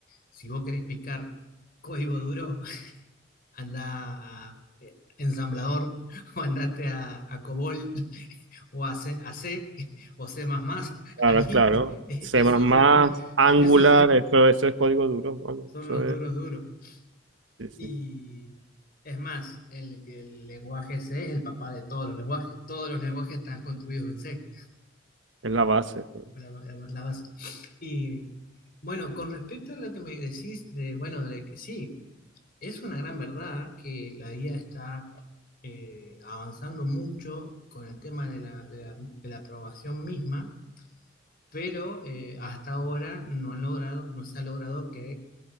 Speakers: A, on the left; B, on the right.
A: si vos querés picar código duro, <laughs> anda a ensamblador <laughs> o andate a, a COBOL <laughs> o a C, a C <laughs> o C++.
B: Claro,
A: Ahí,
B: claro.
A: <laughs> esos
B: C++,
A: son,
B: Angular,
A: esos
B: eso, eso es código duro, vamos,
A: son
B: eso
A: los
B: es,
A: duros duros.
B: sí, sí,
A: Y es más, el, el lenguaje C es el papá de todos los lenguajes. Todos los lenguajes están construidos en C.
B: es la base. eso.
A: la, la- la base. Y bueno, con respecto a lo que me decís de, bueno, de que sí, es una gran verdad que la IA está eh, avanzando mucho con el tema de la, de la, de la aprobación misma, pero eh, hasta ahora no han logrado, no se ha logrado que